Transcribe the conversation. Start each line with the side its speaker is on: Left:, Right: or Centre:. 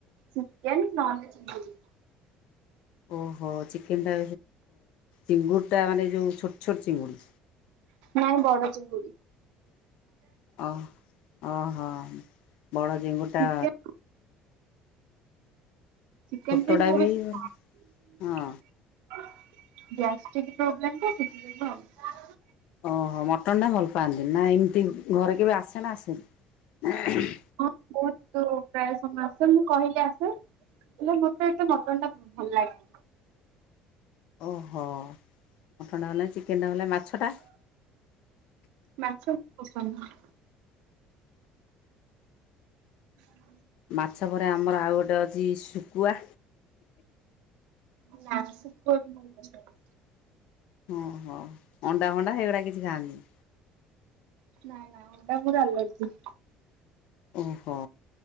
Right: ଚିକେନ୍ ନହେଲେ ଚିଙ୍ଗୁଡି।
Left: ଓହୋ ଚିକେନଟା ଚିଙ୍ଗୁଡ଼ଟା ମାନେ ଯେଉଁ ଛୋଟ ଛୋଟ ଚିଙ୍ଗୁଡ଼ି।
Right: ନାଇଁ ବଡ ଚିଙ୍ଗୁଡି।
Left: ଅ ଓହୋ ବଡ଼ ଜିଙ୍ଗୁଟା
Right: ଚିକେନ ଚିକନ
Left: ଛୋଟଟା
Right: ଫିକେନ ମୁଁ
Left: ବି
Right: ବେଶୀ ଖାଉନି।
Left: ହଁ
Right: ଗ୍ୟାସ ଟିକ ପ୍ରୋବ୍ଲେମ ତ ସେଠି ଯୋଗୁଁ ଆଉ।
Left: ଓହୋ ମଟନ ଟା ଭଲ ପାଆନ୍ତି ନା ଏମିତି ଘରେ କେବେ ଆସେନା ଆସେନି?
Right: ହଁ ବହୁତ ପ୍ରାୟ ସମୟ ଆସେ ମୁଁ କହିଲି ଆସେ। ହେଲେ ମତେ ଏତେ ମଟନଟା ଭଲ ଲାଗେନି।
Left: ଓହୋ ମଟନଟା ହେଲେ ଚିକେନଟା ନ ହେଲେ ମାଛଟା।
Right: ମାଛ ପସନ୍ଦ। <unintelligible>
Left: ମାଛ ପରେ ଆମର ଆଉ ଗୋଟେ ଅଛି ଶୁଖୁଆ।
Right: ନା ଶୁଖୁଆ ବି ମୋର ପସନ୍ଦ ନାହିଁ।
Left: ଓହୋ ଅଣ୍ଡା ଭଣ୍ଡା ଏଇଗୁଡା କିଛି ଖାଆନ୍ତିିନି।
Right: ନାଇଁ ନା ଅଣ୍ଡା ମୋର ଆଲର୍ଜି।
Left: ଓହୋ।